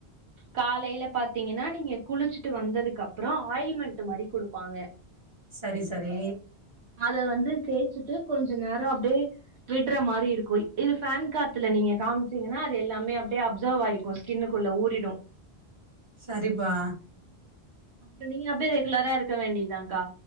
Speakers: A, on the right; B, on the right.
A: காலையில பாத்தீங்கன்னா நீங்க குளிச்சுட்டு வந்ததுக்கு அப்புறொ ஆயில்மெண்ட் மாரி குடுப்பாங்க
B: சரி சரி
A: அத வந்து தேச்சுட்டு கொஞ்ச நேர அப்டியே விட்ற மாரி இருக்கு இது ஃபேன் காத்துல நீங்க காமிச்சீங்கன்னா அது எல்லாமே அப்டியே அப்சவ் ஆயிக்கோ ச் கின்னுக்குள்ள ஊறிடு
B: சரிப்பா
A: அப்புற நீங்க அப்டியே ரெகுலரா இருக்க வேண்டியதாகா